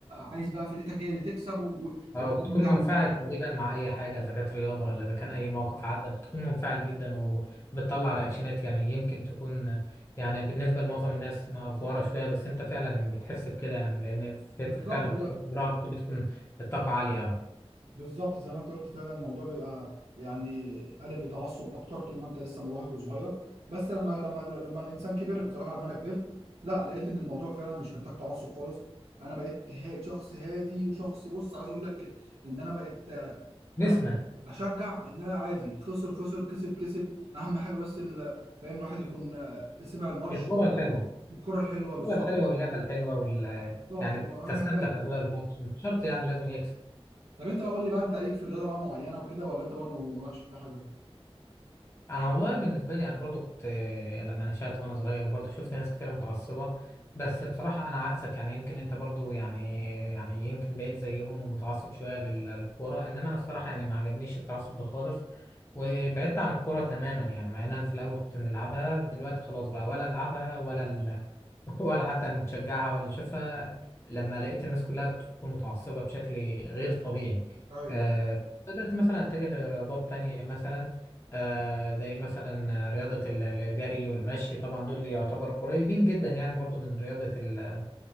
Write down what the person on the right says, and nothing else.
عايز بقى فرقتك هي اللي تكسب و- و-
والقيم
بتاع
ال-
بالظبط
بالظبط زي ما انت قلت فعلا الموضوع بيبقى يعني قالب لتعصب اكتر طول ما انت لسه مراهق وصغير بس لما لما لما الانسان كبر بصراحه لما انا كبرت لا لقيت ان الموضوع فعلا مش محتاج تعصب خالص انا بقيت ها- شخص هادي وشخص بص عايز اقول لك ان انا بقيت يعني
اشجع ان انا عادي خسر خسر كسب كسب اهم حاجه بس ال- فاهم الواحد يكون آه، سمع الماتش
بالكره الحلوه بالظبط
بالظبط
هو اهم
حاجه
طب انت بقى قول لي بقى انت ليك في رياضه بقى معينه وكده ولا انت برضو مالكش في أي حاجه
ايوه